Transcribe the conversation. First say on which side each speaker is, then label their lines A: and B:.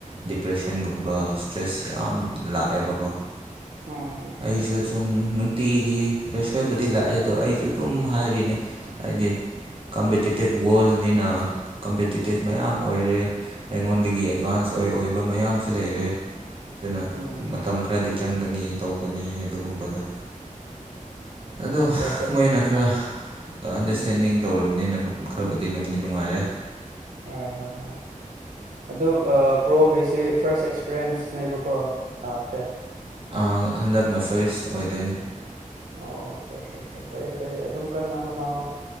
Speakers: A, on the right; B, on the right.
A: ꯗꯤꯄ꯭ꯔꯦꯁꯟꯒꯨꯝꯕ ꯏꯁꯇ꯭ꯔꯦꯁ ꯌꯥꯝ ꯂꯥꯛꯑꯦꯕꯀꯣ
B: ꯍꯣꯏ ꯍꯣꯏ
A: ꯑꯩꯁꯨ ꯎꯝ ꯅꯨꯡꯇꯤꯒꯤ ꯄ꯭ꯔꯦꯁꯔꯕꯨꯗꯤ ꯂꯥꯛꯑꯦ ꯑꯗꯣ ꯑꯩꯁꯨ ꯑꯗꯨꯝ ꯍꯥꯏꯔꯤꯅꯦ ꯍꯥꯏꯗꯤ ꯀꯝꯄꯤꯇꯤꯇꯤꯞ ꯋꯥꯔꯜꯅꯤꯅ ꯀꯝꯄꯤꯇꯤꯇꯤꯞ ꯃꯌꯥꯝ ꯑꯣꯏꯔꯦ ꯑꯩꯉꯣꯟꯗꯒꯤ ꯑꯦꯗꯚꯥꯟꯁ ꯑꯣꯏ ꯑꯣꯏꯕ ꯃꯌꯥꯝꯁꯨ ꯂꯩꯔꯦ ꯑꯗꯨꯅ
B: ꯎꯝ
A: ꯃꯇꯝ ꯈꯔꯗꯤ ꯆꯪꯒꯅꯤ ꯇꯧꯒꯅꯤ ꯑꯗꯨꯒꯨꯝꯕꯗꯣ ꯑꯗꯣ
B: ꯑꯆꯥ ꯑꯆꯥ
A: ꯃꯣꯏꯅ ꯈꯔ ꯑꯟꯗꯔꯁꯇꯦꯟꯗꯤꯡ
B: ꯎꯝ
A: ꯇꯧꯔꯝꯅꯤꯅ ꯈꯔꯕꯨꯗꯤ ꯅꯨꯡꯗꯤ ꯅꯨꯡꯉꯥꯏꯔꯦ
B: ꯍꯣꯏ ꯍꯣꯏ ꯍꯣꯏ ꯑꯗꯨ ꯄ꯭ꯔꯣꯒꯤꯁꯤ ꯐꯥꯔꯁ ꯑꯦꯛꯁꯄꯔꯤꯌꯦꯟꯁ ꯅꯦꯕꯀꯣ ꯊꯥꯐꯦ
A: ꯑꯪ ꯍꯟꯗꯛꯅ ꯐꯁ ꯑꯣꯏꯗꯣꯏꯅꯦ
B: ꯑꯣ ꯑꯆꯥ ꯑꯆꯥ ꯑ ꯐꯩꯌꯦ ꯐꯩꯌꯦ ꯑꯗꯨꯝ ꯀꯟꯅ ꯍꯣꯠꯅꯑꯣ